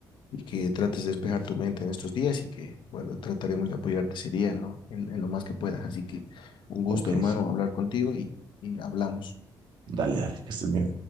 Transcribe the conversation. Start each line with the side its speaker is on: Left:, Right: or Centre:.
Left: y que trates de despejar tu mente en estos días y que, bueno, trataremos de apoyarte ese día en lo, en, en lo más que puedas. Así que un gusto,
Right: Ok,
Left: hermano, hablar contigo y, y hablamos.
Right: dale, dale, que estés bien.